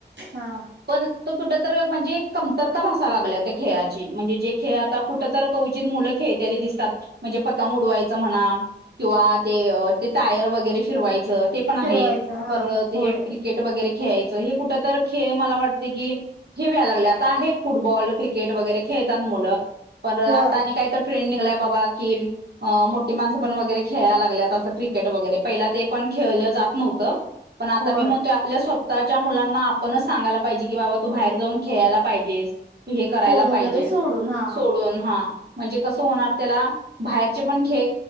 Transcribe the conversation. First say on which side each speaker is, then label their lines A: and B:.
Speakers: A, on the right; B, on the right.
A: हा
B: पण तो कु म्हणजे कमतरता भसा लागल्या खेळाची म्हणजे जे खेळ आता कुठ तर कवचित मुलं खेळतेली दिसतात म्हणजे पतंग उडवायचं म्हणा किंवा ते ते टायर वगैरे फिरवायचं पण आहे
A: फिरवायचं हा
B: पर हे
A: होय
B: क्रिकेट वगैरे खेळायच हे कुठ तर खेळ मला वाट की हेे व्यायला लागले आता आहे फुटबॉल क क्रिकेट वगैरे खेळतात मुलं पण आता
A: होय
B: आणि काय तर ट्रेंड निघला बाबा की मोठी माणसं पण वगैरे खेळायला लागल्यात असं क्रिकेट वगैरे पहिला ते पण खेळलं जात नव्हतं पण आता
A: होय
B: मी म्हणतोय आपल्या स्व् स्वतःच्या मुलांना आपणच सांगायला पाहिजे की बाबा तू बाहेर जाऊन खेळायला पाहिजेस करायला
A: फोन वगैरे
B: पाहिजे
A: सोडून हा
B: सोडून हा म्हणजे कसं होणार त्याला बाहेरचे पण खेळ